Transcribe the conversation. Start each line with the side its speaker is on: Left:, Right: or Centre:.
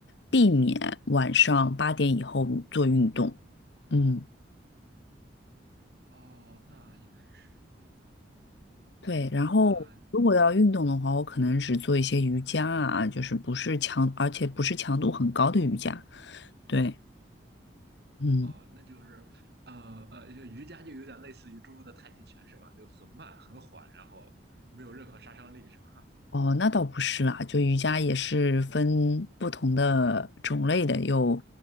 Left: 避免晚上八点以后做运动。嗯，
Right: 呢？哦，那应该是对的。
Left: 对。然后如果要运动的话，
Right: 那
Left: 我可能只做一些瑜伽啊，就是不是强，而且不是强度很高的瑜伽。对，嗯。
Right: 哦，那就是，呃呃，就瑜伽就有点类似于中国的太极拳是吧？就很慢很缓，然后没有任何杀伤力是吧？
Left: 哦，那倒不是啦，就瑜伽也是分不同的种类的，有，